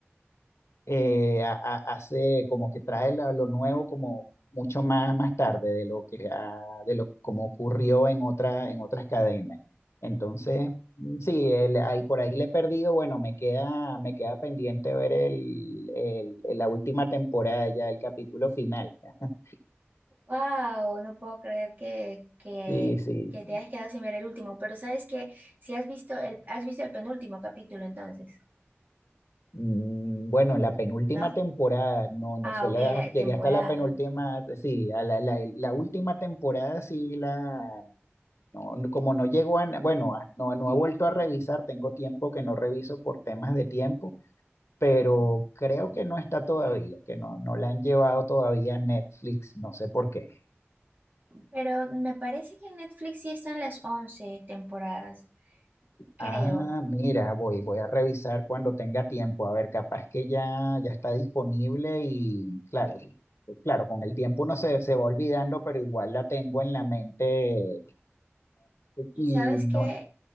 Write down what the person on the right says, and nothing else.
Wow, no puedo creer que, que,
que te hayas quedado sin ver el último, pero sabes que si has visto el, has visto el penúltimo capítulo entonces,
¿no?
Ah,
ok, la
temporada.
Ujú.
Pero me parece que en Netflix sí están las 11 temporadas, creo.
Y
sabes
que